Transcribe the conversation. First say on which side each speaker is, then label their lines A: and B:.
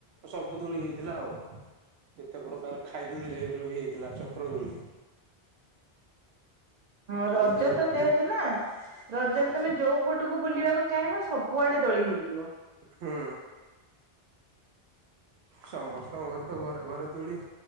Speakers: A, on the right; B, on the right.
A: ସବୁ ଦୋଳି ହେଇଥିଲା ଆଉ। କେତେ ପ୍ରକାର ଖାଇ ଦୋଳି ଟାଇପ ର ବି ହେଇଥିଲା ଚକ୍ର ଦୋଳି।
B: ହଁ ରଜ
A: ସବୁ ଦୋଳି
B: ତ
A: ଫୋଳି
B: ଯେହେତୁ ନା ରଜରେ
A: ଆଚ୍ଛା
B: ତମେ ଯୋଉ ପଟକୁ ବୁଲିବାକୁ ଚାହିଁବ ସବୁଆଡେ ଦୋଳି ହେଇଥିବ।
A: ହୁଁ ସମସ୍ତଙ୍କ ଘରେ ତ ଘରେ ଘରେ ଦୋଳି।